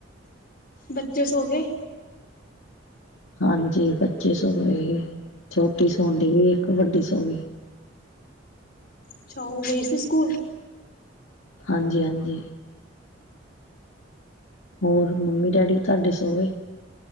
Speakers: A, on the left; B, on the left.
A: ਬੱਚੇ ਹੋ ਗਏ
B: ਹਾਂਜੀ ਪੱਚੀ ਸੌ ਵੀ ਛੋਟੀ ਸੋ ਦੀ ਵੀ ਇੱਕ ਵੱਡੀ ਸੋ ਵੀ
A: ਅੱਛਾ ਉਹ ਗਈ ਸੀ ਸਕੂਲ
B: ਹਾਂਜੀ-ਹਾਂਜੀ ਹੋਰ ਮੰਮੀ ਡੈਡੀ ਤੁਹਾਡੇ ਸੋ ਗਏ